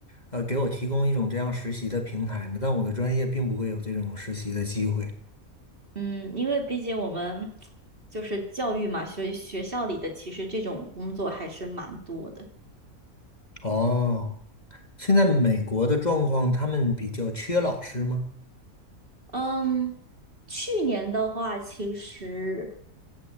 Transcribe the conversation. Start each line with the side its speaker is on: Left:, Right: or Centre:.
Left: 呃，给我提供一种这样实习的平台呢，但我的专业并不会有这种实习的机会。
Right: 嗯，因为毕竟我们就是教育嘛，所以学校里的其实这种工作还是蛮多的。
Left: 哦，现在美国的状况，他们比较缺老师吗？
Right: 嗯，去年的话，其实